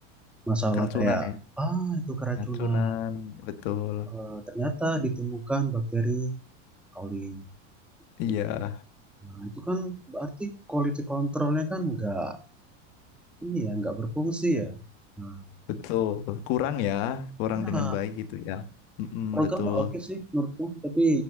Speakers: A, in the centre; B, on the left (about 55°).
A: masalah
B: keracunan
A: kayak
B: ya.
A: ah itu keracunan
B: Keracunan, betul.
A: Eh, ternyata ditemukan bakteri coli gitu
B: Iya,
A: nah itu kan berarti quality controlnya kan nggak ini ya nggak berfungsi ya nah
B: betul. Kurang ya, kurang
A: kurang
B: dengan baik gitu ya. Mm-mm,
A: programnya
B: betul.
A: oke sih menurutku tapi